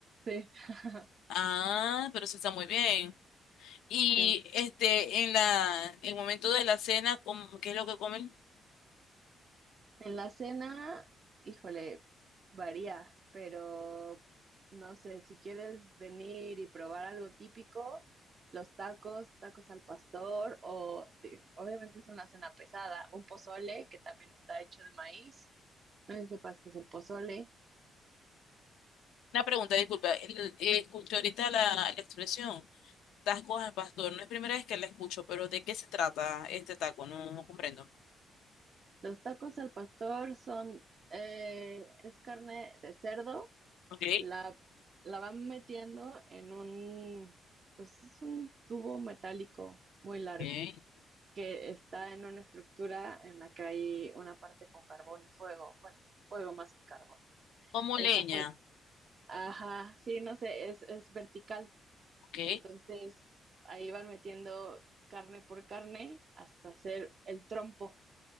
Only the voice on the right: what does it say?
Sí. <laughs>
Sí.
En la cena, híjole, varía, pero no sé, si quieres venir y probar algo típico, los tacos, tacos al pastor, o de- obviamente es una cena pesada, un pozole que también está hecho de maíz, no sé si sepas qué es el pozole.
Los tacos al pastor son, eh, es carne de cerdo,
la, la van metiendo en un, pues es un tubo metálico muy largo.
que está en una estructura en la que hay una parte con carbón y fuego, bueno, fuego más que carbón.
Esa
parte, ajá, sí, no sé, es, es vertical.
Entonces, ahí van metiendo carne por carne hasta hacer el trompo